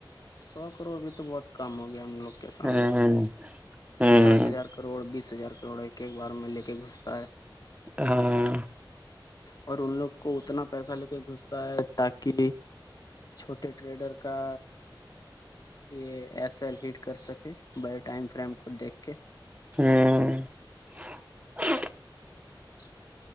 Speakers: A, on the left; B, on the right.
A: سو کروڑ بھی تو بہت کم ہو گیا ہم لوگ کے سامنے
B: ہوں ہوں
A: دس ہزار کا کروڑ بیس ہزار کروڑ ایک ایک بار میں لے کے گھستا ہے
B: ہاں
A: اور ان لوگ کو اتنا پیسہ لے کے گھستا ہے تاکہ چھوٹے ٹریڈر کا یہ ایس ایل ہیٹ کر سکتے بائی ٹائم فریم کو دیکھ کے
B: ہمم
A: <unintelligible>